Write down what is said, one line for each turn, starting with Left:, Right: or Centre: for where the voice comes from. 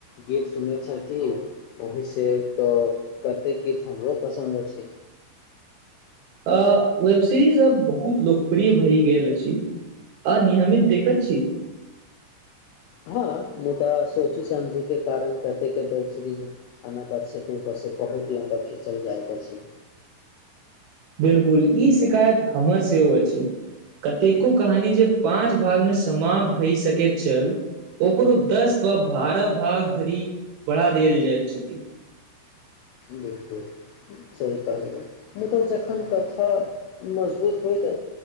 Left: गीत सुनैत छथिन ओहिसँ तऽ कतेक गीत हमरो पसन्द अछि
Right: आ वेब सीरीज अब बहुत लोकप्रिय भए गेल अछि अ नियमित देखत छी
Left: हँ मुदा सोची समझी के कारण कहते के वेब सीरीज अना बचे को से बहुत लम्बा खिचल जाइत अछि
Right: बिलकुल ई शिकायत हमर सेहो अछि कतेको कहानी जे पाँच भागमे समाप्त भए सकैत छल ओकरो दस ब बारह भाग धरि बढ़ा देल जाइत छथि
Left: बिलकुल चलि पनि मुदा जखन कथा मजबूत होइत